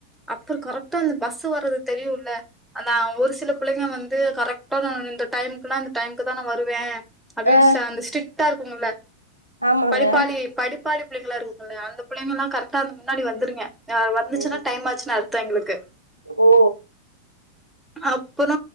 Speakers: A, in the centre; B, on the left.
A: அப்புற கரெக்ட்டா அந்த பஸ்சு வர்றது தெரியுல அதா ஒரு சில பிள்ளைங்க வந்து கரெக்டா நா இந்த டைம்குனா இந்த டைம்க்குதா நா வருவே அப்டின்
B: ஆ
A: சே அந்த ஸ்டிட்டா இருக்குங்ள
B: ஆமாங்க
A: படிப்பாளி படிப்பாளி பிள்ளைங்ளா இருக்குல அந்த புள்ளைங்கெல்லா கர்க்ட்டா அந்த முன்னாடி வந்துருங்க ஆ வந்துச்சுன்னா
B: ஓ
A: டைம் ஆச்சுன்னு அர்த்தோ எங்ளுக்கு
B: ஓ
A: அப்புற